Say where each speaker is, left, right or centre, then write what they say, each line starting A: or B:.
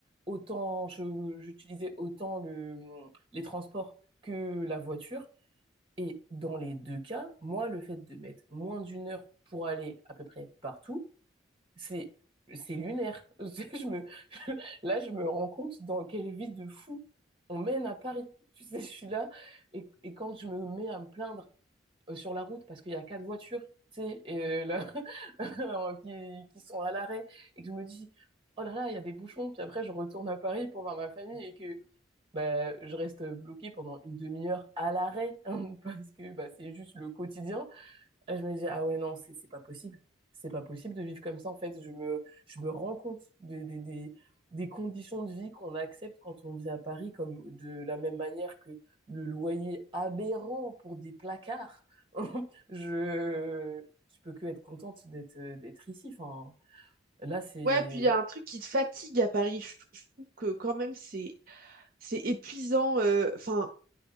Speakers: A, on the right; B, on the right.
A: autant je- j'utilisais autant le, les transports que la voiture. Et dans les deux cas, moi, le fait de mettre moins d'une heure pour aller à peu près partout, C'est c'est lunaire. <laughs> Je me là je me rends compte dans quelle vie de fou on mène à Paris. Tu sais, je suis là et, et quand je me mets à me plaindre euh, sur la route parce qu'il y a quatre voitures, tu sais, et, euh, là, <laughs> qui, qui sont à l'arrêt et que je me dis oh là là, il y a des bouchons, puis après je retourne à Paris pour voir ma famille et que bah, je reste bloquée pendant une demi-heure à l'arrêt <laughs> parce que bah, c'est juste le quotidien et je me dis, ah ouais, non, c'est c'est pas possible. C'est pas possible de vivre comme ça, en fait. Je me, je me rends compte des, des, des, des conditions de vie qu'on accepte quand on vit à Paris, comme de la même manière que le loyer aberrant pour des placards. <laughs> Je, je peux que être contente d'être, d'être ici. Enfin, là, c'est.
B: Ouais, puis il y a un truc qui te fatigue à Paris. Je, je trouve que quand même c'est c'est épuisant. euh, Enfin,